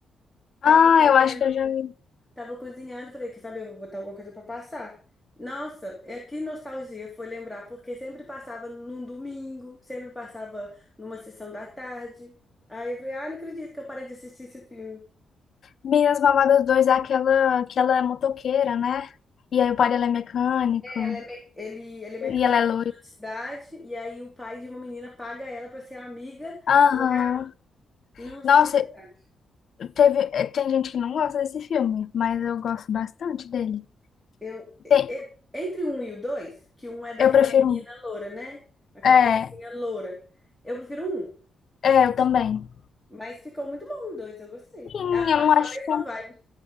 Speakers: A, in the centre; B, on the left.
A: Tava
B: Ah,
A: fazendo
B: eu acho que eu já vi.
A: Tava cozinhando, falei, quer saber, eu vou botar alguma coisa pra passar. Nossa, é que nostalgia foi lembrar, porque sempre passava num domingo, sempre passava numa sessão da tarde. Aí eu falei, ah, não acredito que eu parei de assistir esse filme.
B: Meninas Malvadas 2 é aquela que ela é motoqueira, né? E aí o pai dela é mecânico.
A: Ela é me- Ele, ele é mecânico,
B: E ela é loira.
A: mudou de cidade, e aí o pai de uma menina paga ela pra ser amiga
B: Aham.
A: de uma garota. Nossa,
B: Nossa,
A: que sacanagem.
B: teve, eh, tem gente que não gosta desse filme, mas eu gosto bastante dele.
A: Eu, e-
B: Tem,
A: e- entre um e o dois, que um é daquela
B: eu prefiro.
A: menina
B: um.
A: loura, né? Aquela
B: É,
A: patricinha loura. Eu prefiro um.
B: é, eu também.
A: Mas ficou muito bom o dois, eu gostei.
B: Sim,
A: É a parte
B: eu não
A: da
B: acho
A: mesma
B: que é, um-
A: vibe.